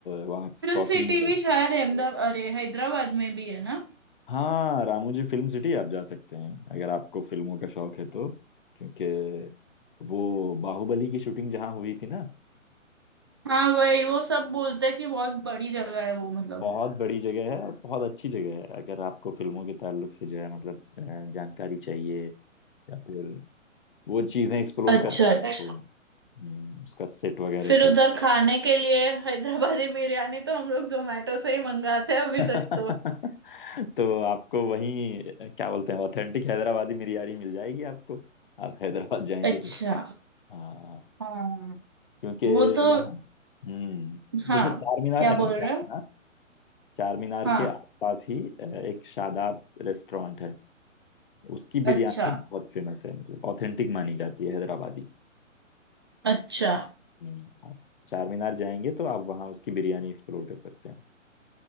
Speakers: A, on the left; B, on the right.
A: वहाँ
B: फिल्म
A: कॉफी
B: सिटी
A: <laughs>
B: भी शायद अहमदाबाद अरे हैदराबाद में भी है ना
A: हाँ रामोजी फिल्म सिटी आप जा सकते हैं अगर आपको फिल्मों का शौक है तो क्योंकि वो बाहुबली की शूटिंग जहाँ हुई थी ना
B: हाँ वही वो सब बोलते हैं कि बहुत बड़ी जगह है वो मतलब
A: बहुत बड़ी जगह है और बहुत अच्छी जगह है अगर आपको फिल्मों के ताल्लुक से जो है मतलब अ, जानकारी चाहिए या फिर वो चीजें एक्सप्लोर
B: अच्छा
A: करना है
B: अच्छा
A: आपको हम्म, उसका सेट वगैरह
B: फिर
A: कैसा
B: उधर खाने के लिए हैदराबादी बिरयानी तो हम लोग जोमेटो से ही मंगाते हैं अभी
A: <laughs>
B: तक तो
A: तो आपको वहीं क्या बोलते हैं ऑथेंटिक हैदराबादी बिरयानी मिल जाएगी आपको आप हैदराबाद जाएंगे
B: अच्छा
A: तो हाँ
B: हाँ
A: क्योंकि
B: वो तो
A: वहाँ हम्म
B: हाँ
A: जैसे चार मीनार
B: क्या
A: है
B: बोल
A: ना चार
B: रहे हो
A: मीनार चार मीनार
B: हाँ
A: के आसपास ही अ, एक शादाब रेस्टोरेंट है उसकी बिरयानी
B: अच्छा
A: बहुत फेमस है मतलब ऑथेंटिक मानी जाती है हैदराबादी
B: अच्छा
A: हम्म, आप चार मीनार जाएंगे तो आप वहाँ उसकी बिरयानी एक्सप्लोर कर सकते हैं